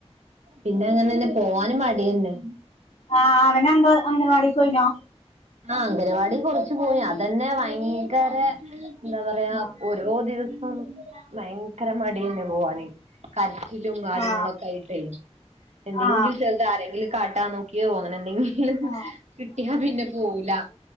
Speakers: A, on the right (about 85°); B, on the left (about 75°).
A: പിന്നെ അങ്ങനന്നെ പോവാനും മടിയെന്നെ
B: ആഹ് അവനങ്ക് അംഗനവാടിക്ക് പോയിനോ
A: ആഹ് അംഗനവാടി കൊറച്ച് പോയി അതന്നെ വയങ്കരന്താ പറയാ
B: ആ
A: ഒ ഓരോ ദിവസം വയങ്കര മടിയേന്ന് പോവാന് കരച്ചിലും കാര്യങ്ങളൊക്കായിട്ടെ
B: ആ
A: എന്തെങ്കിലും
B: ആ
A: ചെർത് ആരെങ്കിലും കാട്ടാ നോക്കിയോ അങ്ങനെന്തെങ്കിലും
B: ആ
A: കിട്ടിയാ പിന്നെ പോവൂല